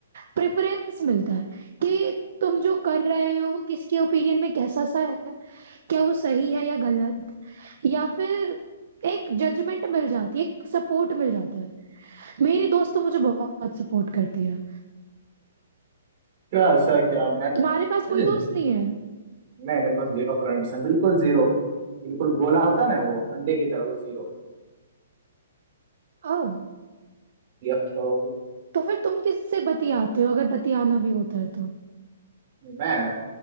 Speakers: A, on the right (about 50°); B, on the right (about 30°).
A: प्रेफरेंस मिलता है कि तुम जो कर रहे हो वो किसके ओपिनियन में कैसा सा है क्या वो सही है या गलत या फिर एक जजमेंट मिल जाती है एक सपोर्ट मिल जाता है मेरी दोस्त तो मुझे बहुत सपोर्ट करती है
B: क्या ऐसा है क्या मैं
A: तुम्हारे पास कोई
B: मुझे
A: दोस्त नहीं है
B: नहीं मेरे पास जीरो फ्रेंड्स हैं बिल्कुल जीरो बिल्कुल गोला होता है ना वो अंडे की तरह वो जीरो
A: ओह
B: यप तो
A: तो फिर तुम किससे बतियाते हो अगर बतियाना भी होता है तो
B: मैं